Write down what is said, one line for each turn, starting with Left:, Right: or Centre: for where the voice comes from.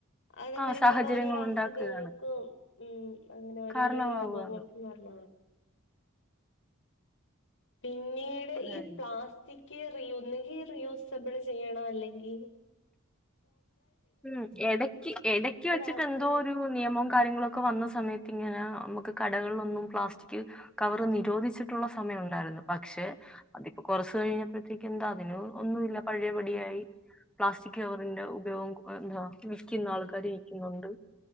Left: അത്ങ്ങനെക്കൊള്ള
Centre: ആ സാഹചര്യങ്ങൾ
Left: ഓരോരൊ അസുഖങ്ങൾക്കും
Centre: ഉണ്ടാക്കുകയാണ്
Left: ഉം അങ്ങനെ ഓരോരൊ
Centre: കാരണമാവുകയാണ്
Left: രോഗങ്ങൾക്കും കർണ പിന്നീട്
Centre: അതെ
Left: ഈ പ്ലാസ്റ്റിക് ക്കെ ഒന്നുകി റിയൂസബ്ൾ ചെയ്യണം അല്ലെങ്കി
Centre: ഉം എടക്ക് എടക്ക് വച്ച്ട്ട്
Left: ആൾക്കാര്
Centre: എന്തോ ഒര് നിയമവും കാര്യങ്ങളൊ ക്കെ വന്ന സമയത്തിങ്ങനെ ഞമ്മക്ക് കടകളിലൊന്നും പ്ലാസ്റ്റിക് കവർ നിരോധിച്ചിട്ടുള്ള സമയം ഉണ്ടായിരുന്നു പക്ഷെ അതിപ്പൊ കൊറഷ് കഴിഞ്ഞപ്പൾത്തേക്കെന്താ അതിന് ഒന്നുല്ല പഴെപടിയായി പ്ലാസ്റ്റിക് കവറിന്റെ ഉപയോഗം ന്താ വിക്ക്ന്ന ആൾക്കാര് വിക്കുന്നുണ്ട്